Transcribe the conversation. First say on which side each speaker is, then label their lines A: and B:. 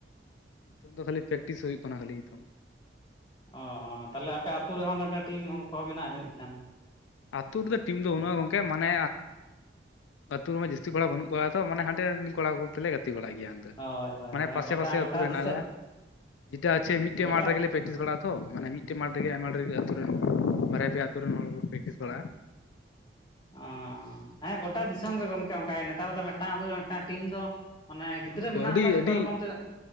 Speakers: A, on the left; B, on the left.
A: ᱱᱤᱛᱚᱝ ᱫᱚ ᱠᱷᱟᱹᱞᱤ ᱯᱮᱠᱴᱤᱥ ᱦᱩᱭᱩᱜ ᱠᱟᱱᱟ ᱠᱷᱟᱹᱞᱤ ᱱᱤᱛᱚᱝ
B: ᱚ ᱛᱟᱦᱚᱞᱮ ᱟᱯᱮ ᱟᱹᱛᱩ ᱨᱮᱦᱚᱸᱰᱮ ᱴᱤᱢ ᱠᱚᱦᱚᱸ ᱢᱮᱱᱟᱜᱼᱟ ᱡᱟᱹᱱᱤᱡ ᱠᱷᱟᱱ
A: ᱟᱹᱛᱩ ᱨᱮᱫᱚ ᱴᱤᱢ ᱫᱚ ᱵᱟᱹᱱᱩᱜᱼᱟ ᱜᱚᱢᱠᱮ ᱢᱟᱱᱮ ᱟᱹᱛᱩ ᱨᱮᱢᱟ ᱡᱟᱹᱥᱛᱤ ᱠᱚᱲᱟ ᱵᱟᱹᱱᱩᱜ ᱠᱚᱣᱟ ᱛᱚ ᱢᱟᱱᱮ ᱦᱟᱸᱰᱮ ᱠᱚᱲᱟ ᱠᱚᱛᱮᱞᱮ ᱜᱟᱛᱮ ᱡᱩᱛᱤ ᱵᱟᱲᱟᱜ ᱜᱮᱭᱟ ᱟᱫᱚ
B: ᱦᱳᱭ ᱦᱳᱭ
A: ᱢᱟᱱᱮ
B: ᱦᱳᱭ
A: ᱯᱟᱥᱮ
B: ᱜᱚᱴᱟ
A: ᱯᱟᱥᱮ
B: ᱜᱚᱴᱟ
A: ᱟᱹᱛᱩᱩᱨ ᱨᱮ ᱦᱮᱱᱟᱜ
B: ᱫᱤᱥᱚᱢ
A: ᱞᱮᱭᱟ᱾ ᱡᱮᱴᱟ ᱟᱪᱮᱴ
B: ᱜᱚᱴᱟ
A: ᱢᱟᱴᱷ ᱨᱮᱜᱮᱞᱮ ᱯᱨᱮᱠᱴᱤᱥ ᱵᱟᱲ ᱟ ᱛᱚ ᱢᱮ ᱢᱤᱫᱴᱮᱱ ᱢᱟᱴᱷ ᱨᱮᱜ ᱟᱭᱢᱟ ᱨᱮᱜᱮ ᱨᱮᱱ ᱵᱟᱨᱭᱟ ᱯᱮᱭᱟ ᱟ ᱟᱹᱛᱩ ᱨᱮᱱ ᱦᱚᱲ ᱠᱚ ᱯᱨᱮᱠᱴᱤᱥ ᱵᱟᱲᱟᱜᱼᱟ᱾
B: ᱚ ᱦᱮᱸ ᱜᱚᱴᱟ ᱫᱤᱥᱚᱢ ᱜᱮ ᱜᱚᱢᱠᱮ ᱚᱱᱠᱟᱜ ᱱᱮᱛᱟᱨ ᱫᱚ ᱢᱤᱫᱴᱟᱝ ᱢᱤᱫᱴᱟᱝ ᱴᱤᱢ ᱫᱚ ᱢᱟᱱᱮ ᱜᱤᱫᱽᱨᱟᱹ
A: ᱵᱟᱹᱱᱩᱜ
B: ᱢᱮᱱᱟᱜ
A: ᱟᱹᱰᱤ
B: ᱠᱚᱣᱟ ᱡᱚᱛᱚ
A: ᱟᱹᱰᱤ
B: ᱨᱚᱠᱚᱢ ᱛᱮ